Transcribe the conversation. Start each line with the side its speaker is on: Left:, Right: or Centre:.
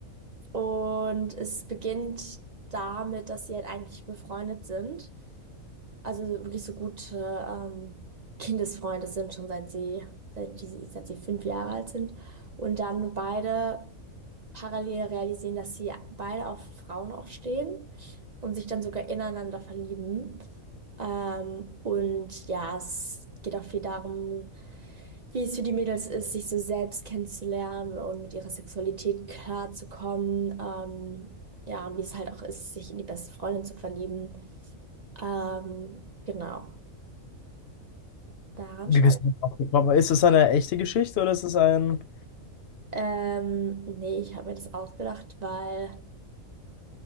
Right: Und es beginnt damit, dass sie halt eigentlich befreundet sind. Also wirklich so gute ähm, Kindesfreunde sind, schon seit sie, seit, die, seit sie fünf Jahre alt sind. Und dann beide parallel realisieren, dass sie beide auf Frauen auch stehen und sich dann sogar ineinander verlieben. Ähm, und ja, es geht auch viel darum, wie es für die Mädels ist, sich so selbst kennenzulernen und mit ihrer Sexualität klarzukommen. Ähm, ja, und wie es halt auch ist, sich in die beste Freundin zu verlieben. Ähm, genau, daran
Left: Wie
Right: schreibe
Left: bist
Right: ich.
Left: du drauf gekommen? Ist es eine echte Geschichte oder ist es ein.
Right: Ähm, nee, ich habe mir das ausgedacht, weil